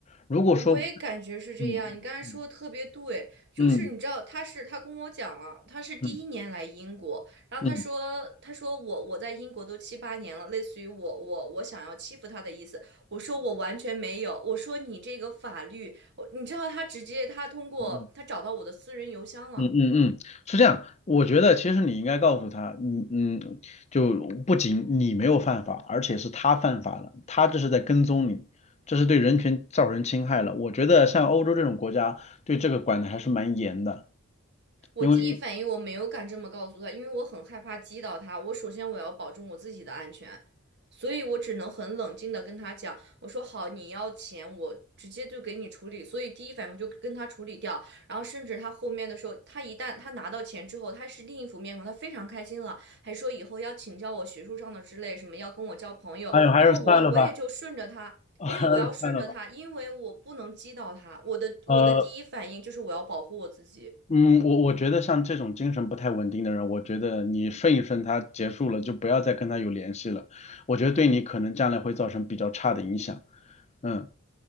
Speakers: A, on the left; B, on the right.
A: 如果说，
B: 我也感觉是这样。
A: 嗯嗯
B: 你刚才说的特别对，就是你知道他是他跟我讲了，
A: 嗯
B: 他是第一年来英国，
A: 嗯
B: 然后他说他说我我在英国都七八年了，
A: 嗯嗯
B: 类似于我我我想要欺负他的意思。我说我完全没有，我说你这个法律，我你知道他直接他通过他找到我的私人邮箱了。
A: 嗯嗯，嗯嗯是这样，我觉得其实你应该告诉他，嗯嗯，就不仅你没有犯法，而且是他犯法了，他这是在跟踪你，这是对人权造成侵害了。我觉得像欧洲这种国家对这个管的还是蛮严的。
B: 我第一反应我没有敢这么告诉他，
A: 因为
B: 因为我很害怕击倒他。我首先我要保证我自己的安全，所以我只能很冷静的跟他讲，我说好，你要钱我直接就给你处理。所以第一反应我就跟他处理掉。然后甚至他后面的时候，他一旦他拿到钱之后，他是另一副面孔，他非常开心了，还说以后要请教我学术上的之类，什么要跟我交朋友。
A: 哎呦，还是算了吧，
B: 然后我我也就顺着他。
A: <laughs> 还是算了吧。
B: 没有，我要顺着他，因为我不能击倒他。我的我的第一反应就是我要保护我自己
A: 呃，嗯，我我觉得像这种精神不太稳定的人，我觉得你顺一顺他，结束了就不要再跟他有联系了。我觉得对你可能将来会造成比较差的影响。嗯，